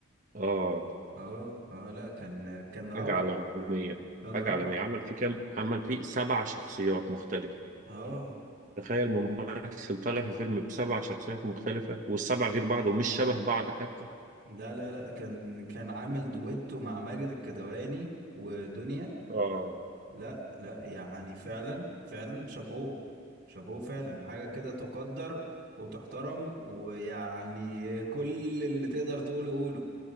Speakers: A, on the right; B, on the right.
A: اه
B: اه اه لا كان كان روعه
A: حاجة عالمية
B: كان
A: حاجة
B: روعه
A: عالمية عمل فيه كام عمل فيه سبع شخصيات مختلفة
B: اه
A: تخيل ممثل طالع في فيلم بسبع شخصيات مختلفة والسبع غير بعض ومش شبه بعض حتى
B: لا لا لا كان كان عامل دويتو مع ماجد الكدواني ودنيا
A: اه
B: لا لا يعني فعلا فعلا شابوه شابوه فعلا حاجة كده تقدر وتحترم ويعني كل اللي تقدر تقوله قوله